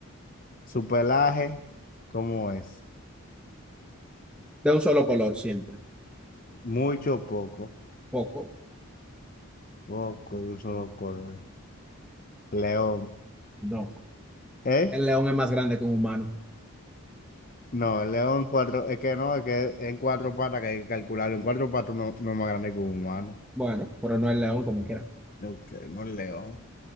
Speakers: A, on the left; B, in the centre.
A: Su pelaje, ¿cómo es?
B: De un solo color siempre.
A: Mucho o poco.
B: Poco.
A: Poco, de un solo color. León.
B: No.
A: ¿Eh?
B: El león es más grande que un humano.
A: No, el león cuatro, es que no, es que en cuatro patas que hay que calcularlo. En cuatro patas no, no es más grande que un humano.
B: Bueno, pero no el león como quiera.
A: No, que no es león.